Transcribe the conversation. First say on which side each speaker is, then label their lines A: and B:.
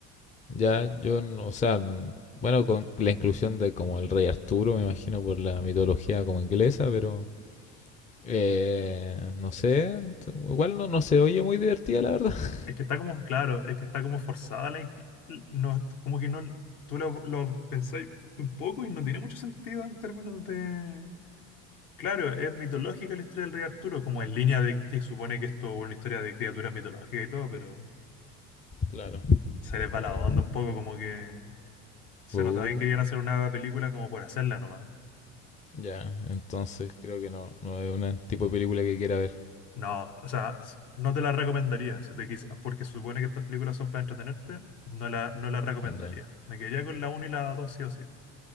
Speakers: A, on the left; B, on the left.
A: ya yo, no- o sea, n- bueno, con la inclusión de como el rey Arturo, me imagino por la mitología como inglesa, pero... Eh, no sé, igual no, no se oye muy divertida, la verdad. <laughs>
B: Es que está como, claro, es que está como forzada la, in- no, como que no, tú lo, lo pensáis un poco y no tiene mucho sentido en términos de Claro, es mitológica la historia del rey Arturo, como en línea de que se supone que esto es una historia de criaturas mitológicas y todo, pero
A: Claro.
B: se les va
A: bueno.
B: la onda un poco, como que se
A: Uh,
B: notaba que querían hacer una película como por hacerla nomás.
A: ya, entonces creo que no, no es un tipo de película que quiera ver.
B: No, o sea, s- no te la recomendaría, si te quis- porque supone que estas películas son para entretenerte, no la, no la recomendaría.
A: Ya,
B: Me quedaría con la 1 y la 2 sí o sí.